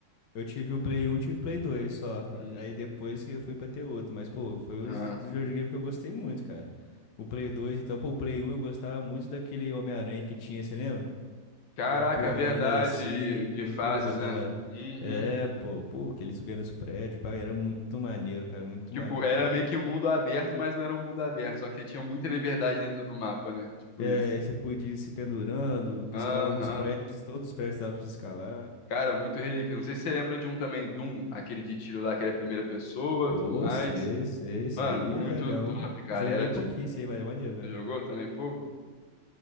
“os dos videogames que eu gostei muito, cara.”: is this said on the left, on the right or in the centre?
Left